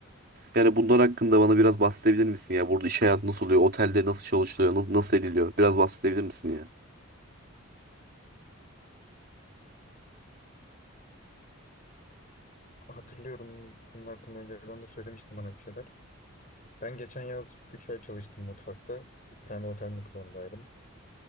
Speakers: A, on the right; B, on the left.
A: Yani bunlar hakkında bana biraz bahsedebilir misin ya? Burada iş hayatı nasıl oluyor? Otelde nasıl çalışılıyor? Nasıl, nasıl ediliyor? Biraz bahsedebilir misin ya?
B: Hatırlıyorum bunun hakkında önceden de söylemiştin bana bir şeyler. Ben geçen yaz 3 ay çalıştım mutfakta. Bir tane otel mutfağındaydım.